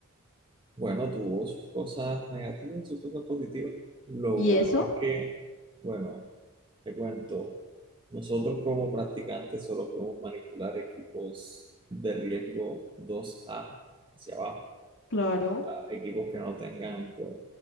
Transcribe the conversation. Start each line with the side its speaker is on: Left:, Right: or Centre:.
Right: Bueno, tuvo sus cosas negativas y sus cosas positivas. Lo
Left: ¿Y
Right: bueno
Left: eso?
Right: es que, bueno, te cuento, nosotros como practicantes solo podemos manipular equipos de riesgo 2A hacia abajo.
Left: Claro.
Right: equipos que no tengan, pues,